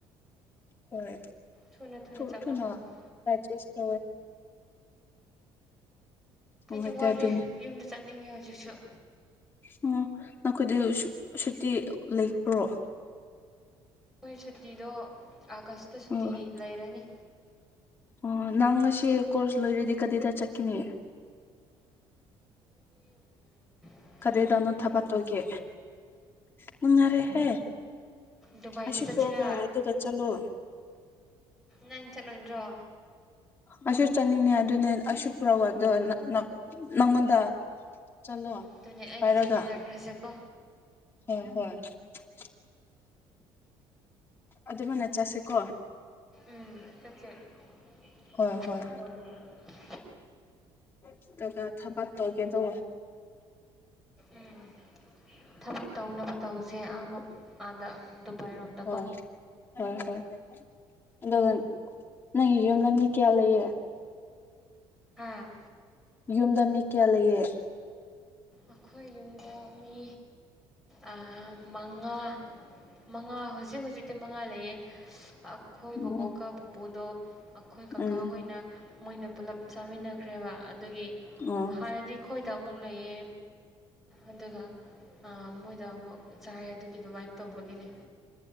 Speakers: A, on the left (about 20°); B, in the centre.
A: ꯍꯣꯏ
B: ꯊꯨꯅ ꯊꯨꯅ
A: ꯊꯨ
B: ꯆꯥꯛꯂꯛꯑꯝꯃꯦꯕ
A: ꯊꯨꯅꯥ ꯗꯥꯏꯖꯦꯁꯠ ꯇꯧꯑꯦ ꯅꯨꯡꯉꯥꯏꯇꯦ
B: ꯑꯩꯗꯤ ꯋꯥꯔꯦ
A: ꯑꯗꯨꯅ
B: ꯌꯨꯝꯗ ꯆꯠꯅꯤꯡꯉꯦ ꯍꯧꯖꯤꯛꯁꯨ
A: ꯑꯣ ꯅꯈꯣꯏꯗꯤ ꯁꯨ ꯁꯨꯇꯤ ꯂꯩꯕ꯭ꯔꯣ
B: ꯑꯩꯈꯣꯏ ꯁꯨꯇꯤꯗꯣ ꯑꯥꯒꯁꯇ ꯁꯨꯇꯤ
A: ꯑꯣ
B: ꯂꯩꯔꯅꯤ
A: ꯑꯣ ꯅꯪ ꯉꯁꯤ ꯀꯣꯔꯁ ꯂꯣꯏꯔꯗꯤ ꯀꯗꯤꯗ ꯆꯠꯈꯤꯅꯤ
B: ꯑꯩꯗꯤ ꯎꯝ
A: ꯀꯗꯩꯗꯅꯣ ꯊꯕꯥ ꯇꯧꯒꯦ ꯅꯨꯡꯉꯥꯏꯔꯦꯍꯦ
B: ꯗꯨꯕꯥꯏꯗ
A: ꯑꯁꯤ
B: ꯆꯠꯁꯤꯔꯥ
A: ꯄꯨꯔꯒ ꯑꯗꯨꯒ ꯆꯠꯂꯣ
B: ꯅꯪ ꯆꯠꯂꯣꯏꯗ꯭ꯔꯣ
A: ꯑꯩꯁꯨ ꯆꯠꯅꯤꯡꯉ ꯑꯗꯨꯅꯦ ꯑꯩꯁꯨ ꯄꯨꯔꯛꯑꯣ ꯑꯗꯣ ꯅꯪ ꯅꯪ ꯅꯪꯉꯣꯟꯗ ꯆꯠꯂꯣ
B: ꯑꯗꯨꯅꯦ ꯑꯩꯒ
A: ꯄꯥꯏꯔꯒ
B: ꯆꯠꯃꯤꯟꯅꯈ꯭ꯔꯁꯦꯀꯣ
A: ꯍꯣꯏ ꯍꯣꯏ <unintelligible> ꯑꯗꯨꯃꯥꯏꯅ ꯆꯠꯁꯤꯀꯣ
B: ꯎꯝ ꯆꯠꯁꯦ <unintelligible>
A: ꯍꯣꯏ ꯍꯣꯏ
B: ꯍꯣꯏ ꯍꯣꯏ <unintelligible>
A: <unintelligible> ꯊꯕꯛ ꯇꯧꯒꯦꯗꯣ
B: ꯎꯝ ꯊꯕꯛ ꯇꯧꯅꯕ ꯇꯧꯁꯦ ꯑꯥ ꯃꯞꯄꯥꯟꯗ ꯗꯨꯕꯥꯏꯔꯣꯝꯗꯀꯣ
A: ꯍꯣꯏ ꯍꯣꯏ ꯍꯣꯏ ꯑꯗꯨꯒ ꯅꯪꯒꯤ ꯌꯨꯝꯗ ꯃꯤ ꯀꯌꯥ ꯂꯩꯌꯦ
B: ꯍꯥꯥ
A: ꯌꯨꯝꯗ ꯃꯤ ꯀꯌꯥ ꯂꯩꯌꯦ
B: ꯑꯩꯈꯣꯏ ꯌꯨꯝꯗ ꯃꯤ ꯑꯥ ꯃꯉꯥ ꯃꯉꯥ ꯍꯧꯖꯤꯛ ꯍꯧꯖꯤꯛꯇꯤ ꯃꯉꯥ ꯂꯩꯌꯦ ꯑꯩꯈꯣꯏ
A: ꯎꯝ
B: ꯕꯕꯣꯛꯀ ꯄꯨꯄꯨꯗꯣ ꯑꯩꯈꯣꯏ ꯀꯀꯥ
A: ꯎꯝ
B: ꯍꯣꯏꯅ ꯃꯣꯏꯅ ꯄꯨꯂꯞ ꯆꯥꯃꯤꯟꯅꯈ꯭ꯔꯦꯕ ꯑꯗꯨꯒꯤ
A: ꯑꯣ
B: ꯍꯥꯟꯅꯗꯤ ꯑꯩꯈꯣꯏꯗ ꯑꯃꯨꯛ ꯂꯩꯌꯦ ꯑꯗꯨꯒ ꯑ ꯃꯣꯏꯗ ꯑꯃꯨꯛ ꯆꯥꯔꯦ ꯑꯗꯨꯒꯤ ꯑꯗꯨꯃꯥꯏꯅ ꯇꯧꯕꯒꯤꯅꯦ